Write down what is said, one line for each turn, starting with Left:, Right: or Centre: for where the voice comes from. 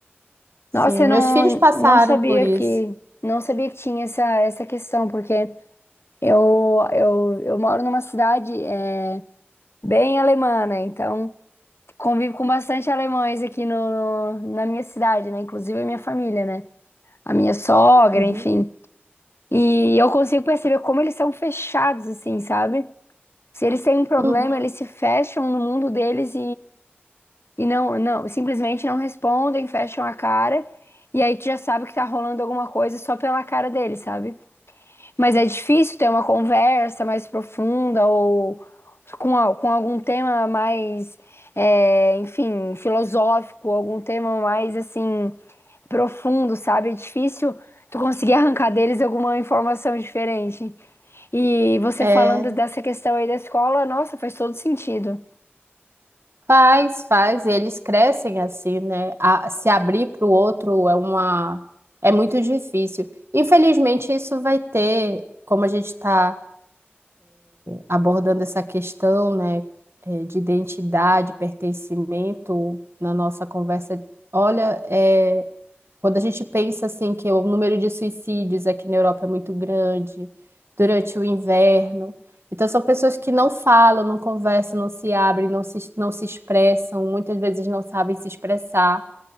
Right: Sim,
Left: Nossa, eu
Right: meus
Left: não,
Right: filhos passaram
Left: não sabia
Right: por isso.
Left: que não sabia que tinha essa, essa questão, porque eu, eu, eu moro numa cidade é, bem alemã, né? Então convivo com bastante alemães aqui no, no- na minha cidade, né? Inclusive a minha família, né? A minha sogra,
Right: Uhum.
Left: enfim. E eu consigo perceber como eles são fechados, assim, sabe? Se eles têm um problema,
Right: Uhum.
Left: eles se fecham no mundo deles e não, não, simplesmente não respondem, fecham a cara, e aí tu já sabe que tá rolando alguma coisa só pela cara dele, sabe? Mas é difícil ter uma conversa mais profunda ou com, al- com algum tema mais, é, enfim, filosófico, algum tema mais assim, profundo, sabe? É difícil tu conseguir <laughs> arrancar deles alguma informação diferente. E você
Right: É,
Left: falando dessa questão aí da escola, nossa, faz todo sentido.
Right: faz, faz, eles crescem assim, né? A- se abrir para o outro é uma, é muito difícil. Infelizmente, isso vai ter, como a gente está abordando essa questão, né, eh, de identidade, pertencimento na nossa conversa. Olha, eh, quando a gente pensa assim que o número de suicídios aqui na Europa é muito grande durante o inverno, então são pessoas que não falam, não conversam, não se abrem, não se, não se expressam, muitas vezes não sabem se expressar.